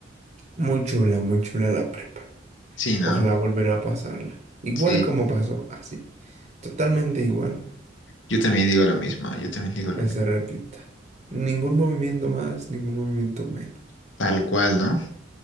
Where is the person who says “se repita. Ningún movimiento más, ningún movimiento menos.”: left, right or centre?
Right